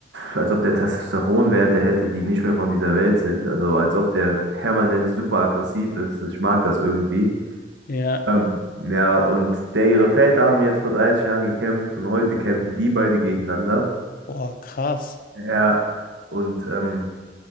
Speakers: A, on the right; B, on the left.
A: als ob der Testosteronwerte hätte, die nicht mehr von dieser Welt sind, also als ob der permanent super aggressiv ist, ich mag das irgendwie.
B: Ja,
A: Ähm, ja, und der, ihre Väter haben jetzt vor 30 Jahren gekämpft und heute kämpfen die beide gegeneinander.
B: boah, krass.
A: Ja, und ähm,